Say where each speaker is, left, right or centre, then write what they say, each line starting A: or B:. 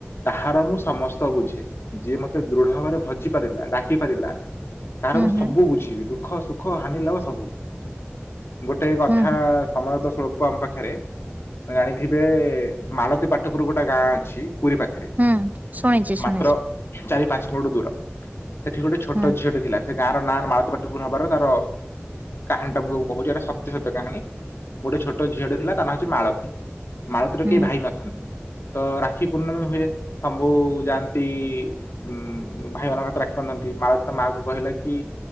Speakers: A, on the left (about 75°); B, on the right (about 40°).
A: ତାହାର ମୁଁ ସମସ୍ତ ବୁଝେ ଯିଏ ମତେ ଦୃଢ ଭାବରେ ଭଜି ପାରିଲା ଡାକି ପାରିଲା ତାର
B: ହୁଁ
A: ମୁଁ ସବୁ
B: ହୁଁ
A: ବୁଝିବି ଦୁଃଖ ସୁଖ ହାନି ଲାଭ ସବୁ ଗୋଟେ କଥା
B: ହୁଁ ହୁଁ
A: ସମୟତ ସ୍ୱଳ୍ପ ତମ ପାଖରେ ଜାଣିଥିବେ ମାଳତୀ ପାଟପୁର ଗୋଟେ ଗାଁ ଅଛି ପୁରୀ ପାଖରେ
B: ହୁଁ ଶୁଣିଛି
A: ମାତ୍ର
B: ଶୁଣିଛି
A: ଚାରି ପାଞ୍ଚ କିଲୋମିଟର୍ ଦୂର ସେଠି ଗୋଟେ ଛୋଟ
B: ହୁଁ
A: ଝିଅଟେ ଥିଲା ସେ ଗାଁର ନାଁ ମାଳତୀପାଟପୁର ହବାରୁ ତାର କାହାଣି ଟାକୁ ମୁଁ କହୁଛି ଏଇଟା ସତ୍ୟ ସତ୍ୟ କାହାଣୀ ଗୋଟେ ଝିଅଟେ ଥିଲା ତା ନାହଉଚି ମାଳତୀ। ମାଳତୀର
B: ହୁଁ
A: କେହି ଭାଇ ନଥାନ୍ତି ତ ରାକ୍ଷୀ ପୂର୍ଣ୍ଣମୀ ହୁଏ ସମ୍ଭୁ ଯାଆନ୍ତି ଉଁ ଭାଇ ମାନଙ୍କ ହାତରେ ରାକ୍ଷୀ ବାନ୍ଧନ୍ତି। ମାଳତୀ ତା ମା କୁ କହିଲା କି